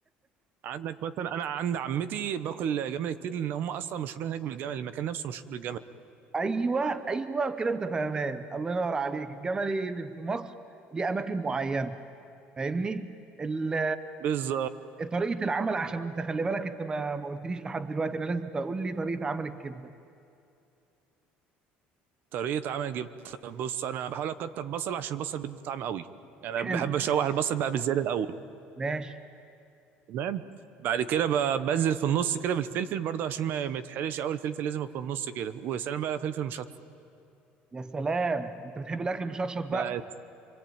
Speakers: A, on the right (about 55°); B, on the right (about 20°).
A: عندك مثلا انا عند عمتي باكل جمل كتير لان هم اصلا مشهورين هناك بالجمل المكان نفسه مشهور بالجمل
B: ايوه ايوه كده انت فاهمان الله ينور عليك الجملي اللي في مصر ليه اماكن معينه فاهمني ال-
A: بالظبط
B: طريقه العمل عشان انت خلي بالك انت ما ما قلتليش لحد دلوقتي انا لازم تقول لي طريقه عمل الكبده
A: طريقة عمل جبت بص أنا بحاول أكتر بصل عشان البصل بيدي طعم قوي يعني
B: حلو
A: أنا بحب أشوح البصل بقى بالزيادة الأول
B: ماشي
A: تمام بعد كده ب- بنزل في النص كده بالفلفل برضه عشان ما ما يتحرقش قوي الفلفل لازم يبقى في النص كده وسلام بقى لو فلفل مشطشط
B: يا سلام انت بتحب الاكل مشطشط بقى
A: بقى